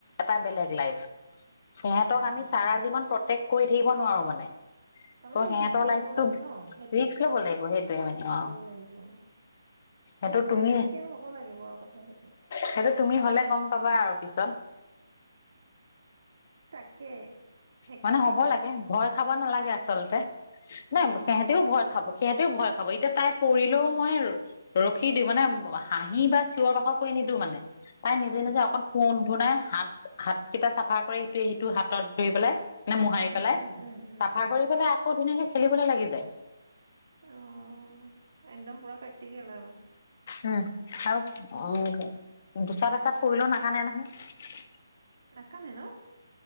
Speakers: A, on the left; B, on the right.
A: এটা বেলেগ লাইফ সিহঁতক
B: উম
A: আমি চাৰা
B: উম
A: জিৱন প্ৰত্যেক কৰি থাকিব নোৱাৰো মানে
B: তামানে
A: ত' সিহঁতৰ
B: ৰিক্স লবও
A: লাইফটো
B: লাগে ন সেইটো।
A: ৰিক্স ল'ব লাগিব সেইটোয়ে মানে অ
B: ল'ব লাগিব অ
A: সেইটো
B: মানে প্ৰেক্টিকেল
A: তুমি
B: হ'ব লাগিব আৰু কথাটো
A: সেইটো তুমি হ'লে গম পাবা আৰু পিছ জান
B: তাকে। সেইকাৰণে
A: মানে হ'ব
B: সুধি আছো
A: লাগে ভয় খাব নালাগে আচলতে ন
B: অ
A: সিহতেও
B: পৰীক্ষা মান
A: ভয়
B: লাগে
A: খাব সিহঁতেও ভয় খাব এতিয়া তাই পৰিলেও মই ৰখি দিবানে হাঁহি বা চিঞৰ বাখৰ কৰি নিদিওঁ মানে তাই নিজে
B: উম
A: নিজে অকল ফোন। ধু নাই হাত হাত কেইটা চাফা কৰি ইটোৱে সেইটোৰ হাতত ধৰি পেলাই। এনে মোহাৰি
B: উম
A: পেলাই,
B: উম উম উম
A: চাফা
B: উম
A: কৰি পেলাই আকৌ ধুনীয়াকে খেলিবলে লাগি যায়।
B: অঁ একদম পুৰা পেক তিকেল আৰু
A: উম আৰু অঁ দুচাত এচাত পৰিলেও নাকান্দে নহয়।
B: নাকান্দে ন!